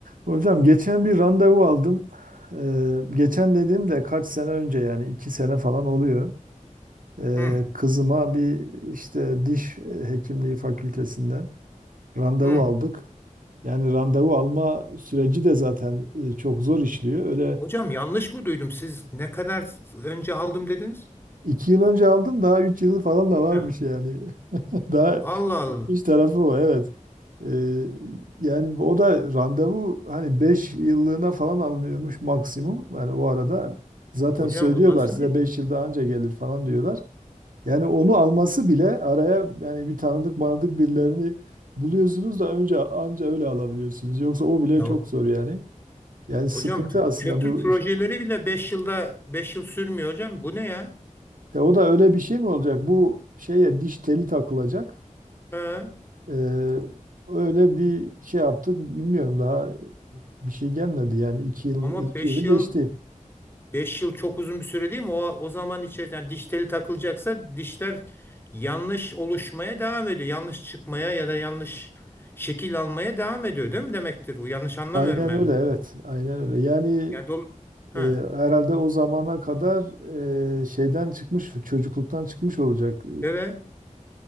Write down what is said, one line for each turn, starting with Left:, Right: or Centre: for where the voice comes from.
Right: Hocam geçen bir randevu aldım. Ee, geçen dediğimde kaç sene önce yani iki sene falan oluyor. Ee,
Left: Hı,
Right: kızıma bir işte diş hekimliği fakültesinden randevu
Left: hı.
Right: aldık. Yani randevu alma süreci de zaten e, çok zor işliyor. Öyle
Left: Hocam yanlış mı duydum? Siz ne kadar önce aldım dediniz?
Right: iki yıl önce aldım daha üç yılı falan da varmış
Left: Ya.
Right: yani. <laughs> Daha
Left: Allah Allah.
Right: İş tarafı o evet. Ee, yani bu- o da randevu hani 5 yıllığına falan alınıyormuş maksimum. Yani o arada zaten
Left: Hocam
Right: söylüyorlar
Left: bu nasıl
Right: size
Left: bir
Right: 5 yıl daha önce gelir falan diyorlar. Yani onu alması bile araya yani bir tanıdık manadık birilerini buluyorsunuz da önce anca öyle alabiliyorsunuz. Yoksa o bile
Left: ya
Right: çok zor yani. Yani sıkıntı
Left: hocam p-
Right: aslında
Left: köprü
Right: bu.
Left: projeleri bile 5 yılda 5 yıl sürmüyor hocam. Bu ne ya?
Right: De o da öyle bir şey mi olacak? Bu şeye diş teli takılacak.
Left: Ha.
Right: Ee, öyle bir şey yaptık bilmiyorum daha Bir şey gelmedi yani iki yıl
Left: Ama
Right: iki
Left: 5
Right: yılı
Left: yıl
Right: geçti.
Left: beş yıl çok uzun bir süre değil mi? O o zaman içerisinde yani diş teli takılacaksa dişler yanlış oluşmaya devam ediyor. Yanlış çıkmaya ya da yanlış şekil almaya devam ediyor değil mi demektir? Bu yanlış anlamıyorum
Right: Aynen
Left: ben.
Right: öyle evet. Aynen öyle. Yani
Left: Yani dolu- ha.
Right: e, herhalde o zamana kadar e, şeyden çıkmış, çocukluktan çıkmış olacak.
Left: Evet.